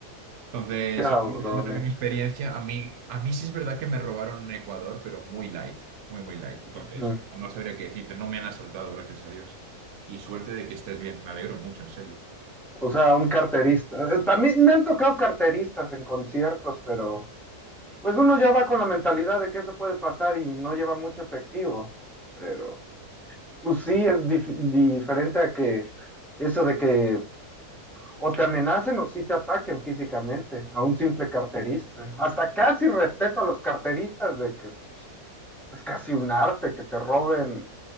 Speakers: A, on the right; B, in the centre.
A: Entonces,
B: Cabrones.
A: obviamente no es mi experiencia. A mí, a mí sí es verdad que me robaron en Ecuador, pero muy light, muy, muy light.
B: Ujú.
A: Entonces, no sabría qué decirte, no me han asaltado, gracias a Dios. Y suerte de que estés bien, me alegro mucho, en serio.
B: O sea, un carterista. Eh, También me han tocado carteristas en conciertos, pero pues uno ya va con la mentalidad de que eso puede pasar y no lleva mucho efectivo. Pero pues sí es dif- diferente a que eso de que o te amenacen o sí te ataquen físicamente a un simple carterista. Hasta casi respeto a los carteristas de que pues, es casi un arte que te roben